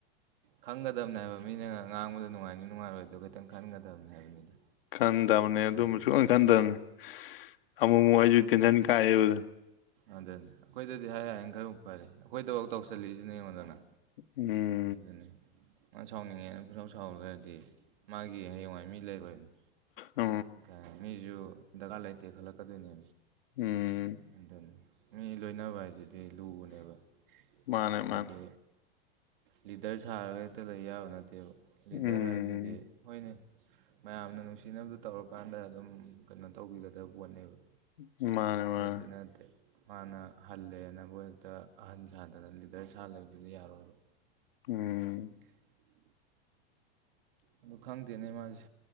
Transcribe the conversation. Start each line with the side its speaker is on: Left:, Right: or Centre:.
Right: ꯈꯪꯒꯗꯕꯅꯦ ꯍꯥꯏꯕ ꯃꯤꯅꯒ ꯉꯥꯡꯕꯗ ꯅꯨꯡꯉꯥꯏꯅꯤ ꯅꯨꯡꯉꯥꯏꯔꯣꯏꯗ ꯑꯗꯨ ꯈꯤꯇꯪ ꯈꯟꯒꯗꯕꯅꯤ ꯍꯥꯏꯕꯅꯤꯗ
Left: ꯈꯟꯗꯕꯅꯦ ꯑꯗꯨꯝꯕ
Right: ꯑꯗꯨꯅꯤ
Left: ꯁꯨꯡ ꯈꯟꯗꯕꯅꯦ ꯑꯃꯨꯛ ꯑꯃꯨꯛ ꯑꯩꯁꯨ ꯇꯦꯟꯁꯤꯟ ꯀꯥꯏꯑꯦꯕꯗ
Right: ꯑꯗꯨꯅꯦ ꯑꯩꯈꯣꯏꯗꯗꯤ ꯍꯥꯏ ꯍꯥꯏꯅ ꯈꯔ ꯐꯔꯦ ꯑꯩꯈꯣꯏꯗꯐꯥꯎ ꯇꯧꯁꯜꯂꯤꯁꯤꯅꯦ ꯌꯦꯡꯉꯣꯟꯗꯅ
Left: ꯎꯝ
Right: ꯑꯗꯨꯅꯤ ꯃꯥ ꯁꯥꯎꯅꯤꯡꯉꯦꯅ ꯄꯨꯔꯥꯎ ꯁꯥꯎꯔꯈ꯭ꯔꯗꯤ ꯃꯥꯒꯤ ꯍꯌꯦꯡꯋꯥꯏ ꯃꯤ ꯂꯩꯔꯣꯏꯕꯅꯤ
Left: ꯑ
Right: ꯀ ꯃꯤꯁꯨ ꯗꯔꯀꯥꯔ ꯂꯩꯇꯦ ꯈꯜꯂꯛꯀꯗꯣꯏꯅꯦ
Left: ꯎꯝ
Right: ꯑꯗꯨꯅꯤ ꯃꯤ ꯂꯣꯏꯅꯕ ꯍꯥꯏꯁꯤꯗꯤ ꯂꯨꯕꯅꯦꯕ
Left: ꯃꯥꯅꯦ
Right: ꯍꯥꯏꯗꯤ
Left: ꯃꯥꯅꯦ
Right: ꯂꯤꯗꯔ ꯁꯥꯔꯒ ꯍꯦꯛꯇ ꯂꯩ ꯌꯥꯕ ꯅꯠꯇꯦꯕ ꯂꯤꯗꯔ
Left: ꯎꯝ
Right: ꯍꯥꯏꯁꯤꯗꯤ ꯍꯣꯏꯅꯦ ꯃꯌꯥꯝꯅ ꯅꯨꯡꯁꯤꯅꯕꯗꯨ ꯇꯧꯔꯀꯥꯟꯗ ꯑꯗꯨꯝ ꯀꯩꯅꯣ ꯇꯧꯕꯤꯒꯗꯕ ꯄꯣꯠꯅꯦꯕ
Left: ꯃꯥꯅꯦ
Right: ꯑꯗꯨꯗꯤ
Left: ꯃꯥꯅꯦ
Right: ꯅꯠꯇꯦ ꯃꯥꯅ ꯍꯜꯂꯦꯅꯕꯨ ꯍꯦꯛꯇ ꯑꯍꯟ ꯁꯥꯗꯅ ꯂꯤꯗꯔ ꯁꯥ ꯂꯩꯕꯗꯨꯗꯤ ꯌꯥꯔꯣꯏꯕ
Left: ꯎꯝ
Right: <unintelligible> ꯑꯗꯨ ꯈꯪꯗꯦꯅꯦ ꯃꯥꯁꯦ